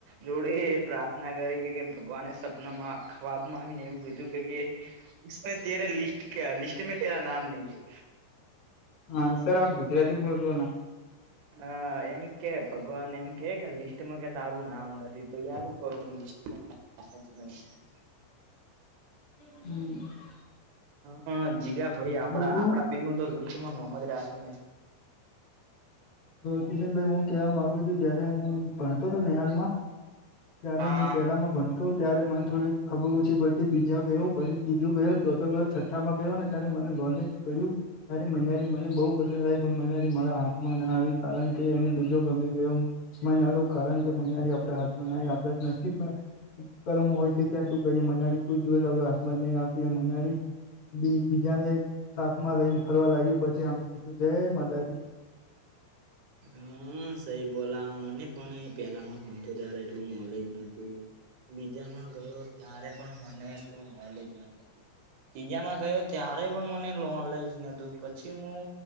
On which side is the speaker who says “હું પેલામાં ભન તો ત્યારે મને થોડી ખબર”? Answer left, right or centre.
Left